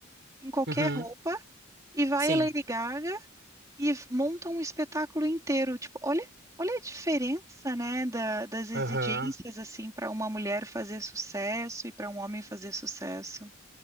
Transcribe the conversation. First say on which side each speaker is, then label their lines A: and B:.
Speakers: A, on the right (about 15°); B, on the right (about 60°).
A: em qualquer
B: uhum,
A: roupa e vai
B: sim.
A: a Lady Gaga e montam um espetáculo inteiro. Tipo, olha, olha a diferença, né, da- das exigências
B: Aham.
A: assim para uma mulher fazer sucesso e para um homem fazer sucesso.